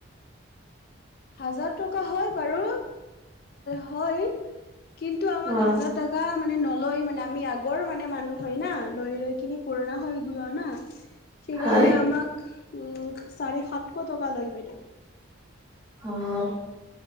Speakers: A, on the left; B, on the right.
A: হাজাৰ টকা হয় বাৰু হয় কিন্তু আমাক
B: অ
A: হাজাৰ টকা মানে নলৈ মানে আমি আগৰ মানে মানুহ হয় না লৈ লৈ কিনি পুৰণা হৈ যোৱা না সেইকাৰণে
B: হয়
A: আমাক উম চাৰে সাতশ টকা লয় বাইদেউ
B: হয় হয়